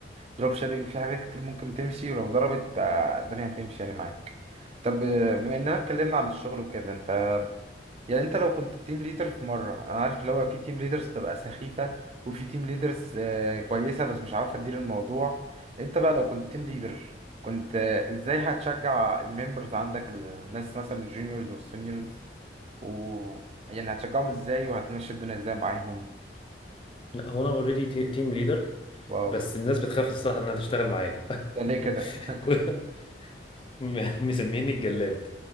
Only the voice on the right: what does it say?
دروب شيبينج في حاجات كتير ممكن تمشي ولو ضربت آه، الدنيا هتمشي يعني معاك طب آه، بما اننا اتكلمنا عن الشغل وكده انت يعني انت لو كنت تيم ليدر في مره انا عارف اللي هو في تيم ليدرز تبقى سخيفه وفي تيم ليدرز كويسه بس مش عارفه تدير الموضوع انت بقى لو كنت تيم ليدر كنت آه، ازاي هتشجع الممبرز عندك الناس مثلا الجونيورز والسينيورز و يعني هتشجعهم ازاي وهتمشي الدنيا ازاي معاهم
واو
ده ليه كده
<laughs>